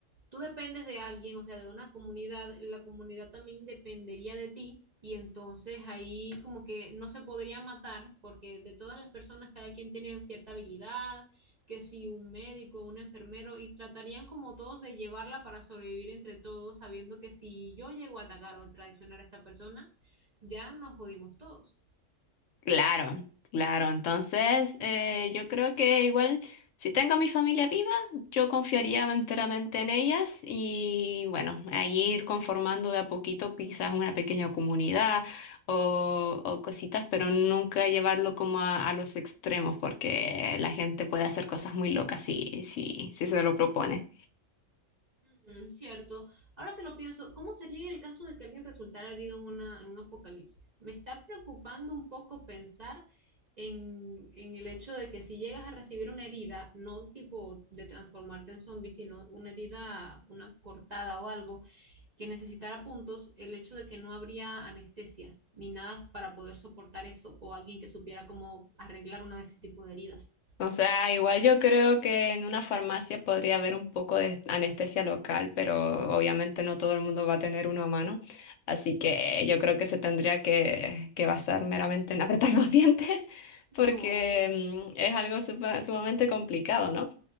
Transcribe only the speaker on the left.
Claro, claro. Entonces, eh, yo creo que igual, si tengo a mi familia viva, yo confiaría enteramente en ellas y bueno, ahí ir conformando de a poquito quizás una pequeña comunidad o, o cositas, pero nunca llevarlo como a, a los extremos porque la gente puede hacer cosas muy locas si, si, si se lo propone.
O sea, igual yo creo que en una farmacia podría haber un poco de anestesia local, pero obviamente no todo el mundo va a tener uno a mano. Así que yo creo que se tendría que, que basar meramente en apretar los <laughs> dientes, porque
mm, es algo supa- sumamente complicado, ¿no?